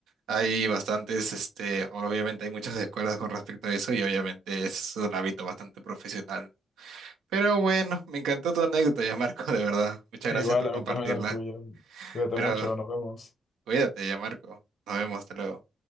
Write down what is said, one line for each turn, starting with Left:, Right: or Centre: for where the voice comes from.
Right: Hay bastantes, este, obviamente hay muchas escuelas con respecto a eso y obviamente es un hábito bastante profesional. Pero bueno, me encantó tu anécdota ya, Marco, de verdad.
Left: <laughs>
Right: Muchas
Left: Igual
Right: gracias por
Left: a
Right: compartirla.
Left: mí también las tuyas. Cuídate
Right: Pero
Left: mucho, nos vemos.
Right: cuídate ya, Marco. Nos vemos, hasta luego.